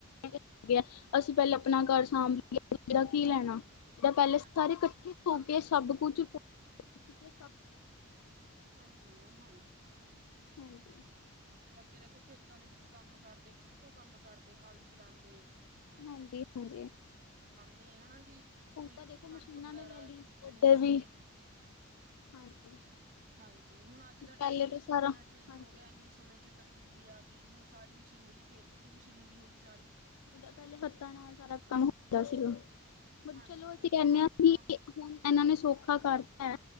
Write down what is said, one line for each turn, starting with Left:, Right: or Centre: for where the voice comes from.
Left: ਅਪਣੇ ਹੈਗੇ, ਅਸੀ ਪਹਿਲੇ ਆਪਣਾ ਘਰ ਸਾਂਭ ਲੀਏ ਦੂਜੇ ਦਾ ਕੀ ਲੈਣਾ। ਇਹ ਤਾਂ ਪੈਲੇ
Right: ਹਾਂਜੀ
Left: ਸਾਰੇ ਇਕੱਠੇ ਹੋ ਗਏ। ਏ ਸਬ ਕੁਛ-ਏ ਸਭ ਕੁਛ
Right: ਹਾਂਜੀ ਮੈਮ, ਹਾਂਜੀ।
Left: ਹਾਂਜੀ।
Right: ਅੱਗੇ ਦੇਖੋ ਖੇਤਾਂ ਦੇ ਵਿੱਚ ਕੰਮ- ਕਰਦੇ ਉਤੋਂ ਕੰਮ ਕਰਦੇ ਹੱਲ ਚਲਾਂਦੇ।
Left: ਹਾਂਜੀ- ਹਾਂਜੀ।
Right: ਦੇ ਹਨਾ ਜੀ।
Left: ਹੁਣ
Right: ਕੋਈ
Left: ਤਾਂ ਦੇਖੋ
Right: ਕਣਕ
Left: ਮਸ਼ੀਨਾਂ
Right: ਵਗੈਰਾ
Left: ਨੇ ਲੈ ਲਈ
Right: ਬੀਜਣੀ
Left: ਓਧਰ
Right: ਕੋਈ
Left: ਵੀ ਹਾਂਜੀ।
Right: ਹਾਂਜੀ ਹੁਣ ਅੱਜ ਦਾ ਟਾਈਮ
Left: ਪਹਿਲੇ
Right: ਦੇਖੋ
Left: ਤਾਂ ਸਾਰਾ
Right: ਇੰਨਾ
Left: ਹਾਂਜੀ,
Right: ਹੋ ਗਿਆ ਇੰਨੀ ਸਮੇਂ ਚ ਤਾਂ- ਤਬਦੀਲੀ ਆ ਗਈ ਹੁਣ ਸਾਰੀ ਮਸ਼ੀਨਰੀ ਖੇਤ ਚ ਵੀ ਮਸ਼ੀਨਰੀ ਹੋ ਗਈ ਸਾਰੀ।
Left: ਏਦਾ ਪਹਿਲੇ ਹੱਥਾਂ ਨਾਲ ਸਾਰਾ ਕੰਮ ਹੁੰਦਾ ਸੀਗਾ। ਬ
Right: ਹਾਂਜੀ
Left: ਚਲੋ ਅਸੀਂ
Right: ਅੱਗੇ
Left: ਕੈਨੇ
Right: ਕਣਕਾਂ
Left: ਆਂ ਠੀਕ ਐ ਹੁਣ ਇਨਾਂ ਨੇ ਸੌਖਾ ਕਰਤਾ ਐ।